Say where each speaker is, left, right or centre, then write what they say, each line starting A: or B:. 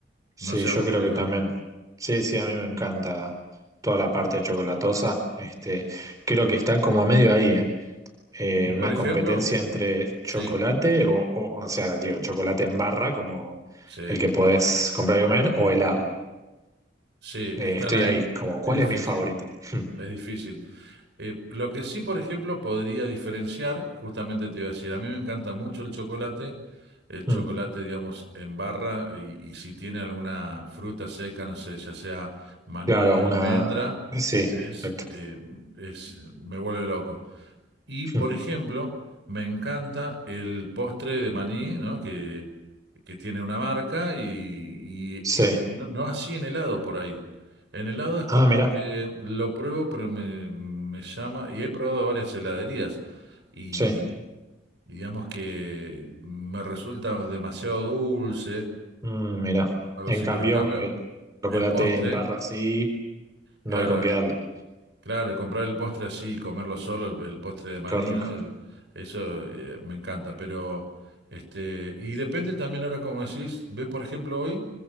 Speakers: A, on the right (about 20°); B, on the right (about 70°).
A: Sí,
B: No sé
A: yo
B: a vos
A: creo
B: qué.
A: que también. Sí, sí, a mí me encanta toda la parte chocolatosa. Este, creo que está como medio ahí, ¿eh? Eh,
B: Y por
A: una
B: ejemplo,
A: competencia entre chocolate
B: sí,
A: o, o, o sea, digo, chocolate en barra, como
B: sí,
A: el que podés comprar y comer, o helado.
B: sí,
A: Eh,
B: están
A: estoy
B: ahí.
A: ahí, como, ¿cuál
B: Es difícil,
A: es mi favorito? Mm,
B: es difícil. Eh, lo que sí, por ejemplo, podría diferenciar, justamente te iba a decir, a mí me encanta mucho el chocolate, el chocolate,
A: mm.
B: digamos, en barra y, y si tiene alguna fruta seca, no sé, ya sea maní,
A: Claro,
B: almendra,
A: una... Sí,
B: es,
A: perfecto.
B: eh, es, me vuelve loco. Y, por
A: Mm,
B: ejemplo, me encanta el postre de maní, ¿no? Que, que tiene una marca y, y
A: Sí.
B: en- no, no así en helado por ahí. En helado es como
A: Ah, mira,
B: que lo pruebo, pero me, me llama, y he probado varias heladerías y
A: sí.
B: digamos que me resulta demasiado dulce,
A: Mm, mira.
B: algo
A: En
B: así,
A: cambio,
B: pero en cambio
A: el chocolate
B: el postre,
A: en barra sí, no
B: claro,
A: hay con qué darle.
B: Claro, y comprar el postre así, y comerlo solo, el, el postre de maní,
A: Qué rico.
B: ¿no? El- eso eh, me encanta, pero este, y depende también ahora como decís, ves por ejemplo hoy,